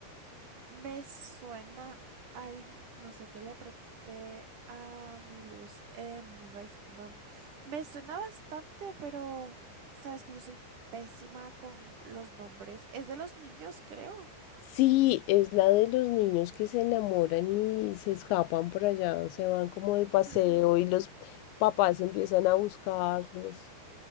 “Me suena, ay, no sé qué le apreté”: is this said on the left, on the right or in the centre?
Right